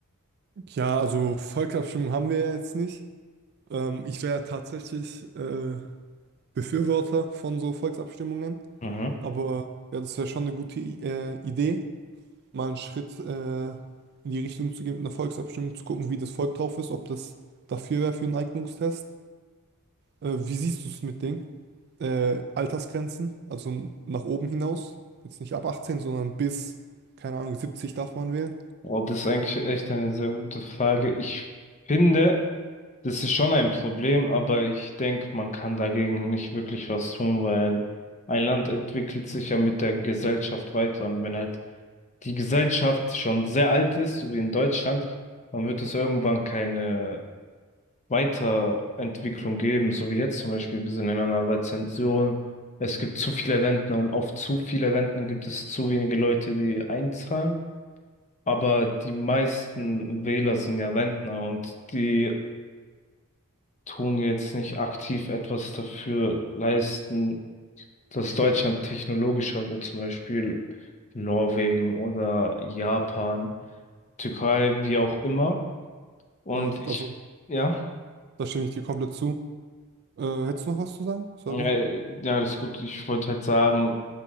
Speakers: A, on the right; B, on the left.
A: Ja, also Volksabstimmung haben wir ja jetzt nicht. Ähm, ich wäre tatsächlich äh, Befürworter von so Volksabstimmungen.
B: Mhm.
A: Aber ja, das wäre schon eine gute I äh, Idee, mal einen Schritt äh, in die Richtung zu gehen mit einer Volksabstimmung, zu gucken, wie das Volk drauf ist, ob das dafür wäre für einen Eignungstest. Äh, wie siehst du es mit Ding? Äh, Altersgrenzen, also n- nach oben hinaus. Jetzt nicht ab 18, sondern bis, keine Ahnung, 70 darf man wählen.
B: Oh, das ist eigentlich echt eine sehr gute Frage. Ich finde, Das ist schon ein Problem, aber ich denke, man kann dagegen nicht wirklich was tun, weil ein Land entwickelt sich ja mit der Gesellschaft weiter. Und wenn halt die Gesellschaft schon sehr alt ist, so wie in Deutschland, dann wird es irgendwann keine Weiterentwicklung geben, so wie jetzt zum Beispiel. Wir sind in einer Rezession. Es gibt zu viele Rentner und auf zu viele Rentner gibt es zu wenige Leute, die einzahlen. Aber die meisten Wähler sind ja Rentner und die tun jetzt nicht aktiv etwas dafür leisten, dass Deutschland technologischer wird, zum Beispiel Norwegen oder Japan, Türkei, wie auch immer. Und
A: Ja,
B: ich,
A: also
B: ja,
A: da stimme ich dir komplett zu. Äh, hättest du noch was zu sagen? Sorry.
B: äh, ja, das ist gut. Ich wollte halt sagen,